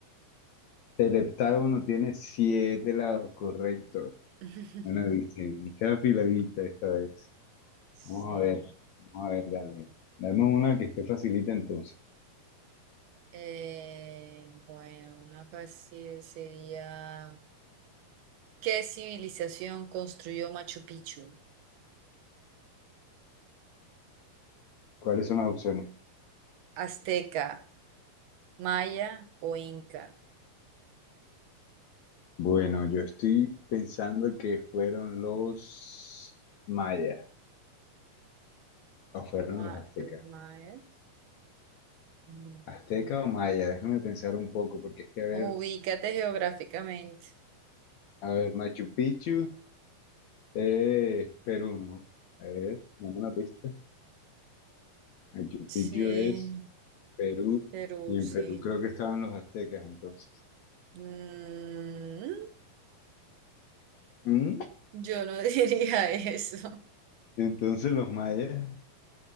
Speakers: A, on the left (about 65°); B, on the right (about 85°).
A: El heptágono tiene siete lados, correcto.
B: <laughs>
A: Bueno, dice, está afiladita esta vez.
B: Sí.
A: Vamos a ver, vamos a ver, dale. Dame una que esté facilita entonces.
B: Eh, bueno, una fácil sería, ¿qué civilización construyó Machu Picchu?
A: ¿Cuáles son las opciones?
B: ¿Azteca, maya o inca?
A: Bueno, yo estoy pensando que fueron los mayas o fueron
B: Ma-
A: los aztecas.
B: maya. Mm.
A: ¿Azteca o maya? Déjame pensar un poco porque es que a ver.
B: Ubícate geográficamente.
A: A ver, Machu Picchu, eh, Perú, ¿no? A ver, dame una pista. Machu
B: Sí,
A: Picchu es Perú,
B: Perú,
A: y en
B: sí.
A: Perú creo que estaban los aztecas entonces.
B: Mm,
A: ¿Mm?
B: yo no <laughs> diría eso
A: Entonces los mayas,